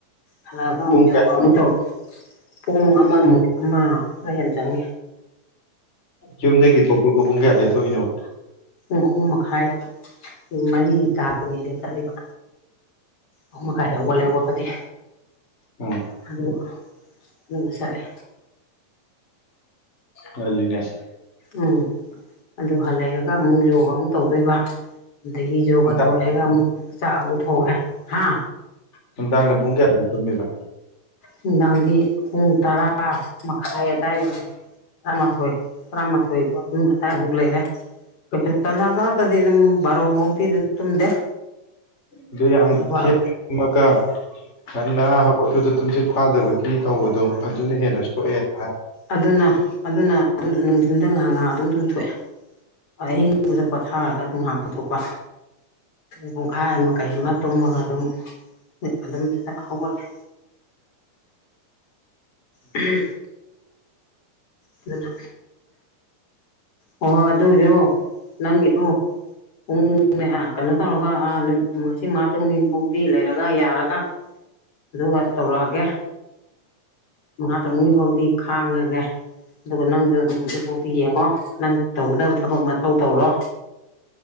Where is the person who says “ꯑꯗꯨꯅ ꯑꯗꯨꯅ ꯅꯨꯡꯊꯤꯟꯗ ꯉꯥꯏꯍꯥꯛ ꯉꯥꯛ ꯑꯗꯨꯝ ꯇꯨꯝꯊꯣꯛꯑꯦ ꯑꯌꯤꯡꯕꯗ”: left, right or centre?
Left